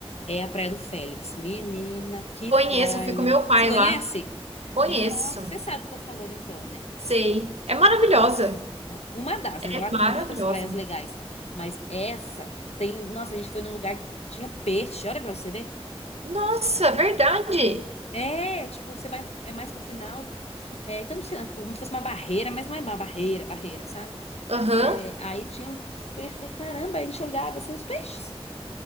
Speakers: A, on the left; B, on the right.
A: É a Praia do Félix. Menina, que
B: Conheço,
A: praia.
B: fui com meu pai
A: Se conhece?
B: lá. Conheço,
A: Nossa, você sabe o que eu tô falando então, né?
B: sei. É maravilhosa.
A: Nossa, uma das,
B: É
A: né? Lá
B: maravilhosa.
A: tem muitas praias legais, mas essa tem. Nossa, a gente foi num lugar que tinha peixe, olha pra você ver.
B: Nossa, verdade.
A: É, tipo, você vai, é mais pro final, é, que eu não sei, né, como se fosse uma barreira, mas não é uma barreira, barreira, sabe?
B: Aham.
A: É, aí tinha os peixes, falei, caramba, aí a gente olhava assim os peixes,